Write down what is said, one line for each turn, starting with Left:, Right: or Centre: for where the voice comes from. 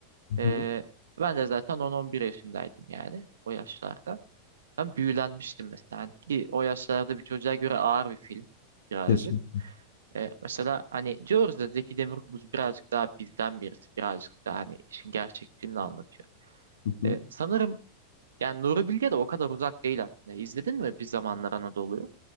Left: Hı
Right: Ee,
Left: hı.
Right: ben de zaten 10-11 yaşındaydım yani o yaşlarda. Ben büyülenmiştim mesela Hani ki o yaşlarda bir çocuğa göre ağır bir film birazcık.
Left: Kesin.
Right: Ee, mesela hani diyoruz da Zeki Demirkubuz birazcık daha bizden birisi birazcık daha hani işin gerçekçiliğini anlatıyor.
Left: Hı hı.
Right: Ee, sanırım yani Nuri Bilge de o kadar uzak değil aslında. İzledin mi Bir Zamanlar Anadolu'yu?